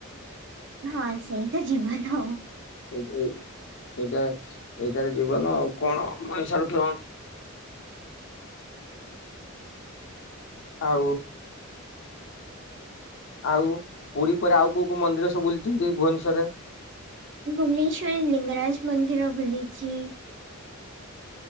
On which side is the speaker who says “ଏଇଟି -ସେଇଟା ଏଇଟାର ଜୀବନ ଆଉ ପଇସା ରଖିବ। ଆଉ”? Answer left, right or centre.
Left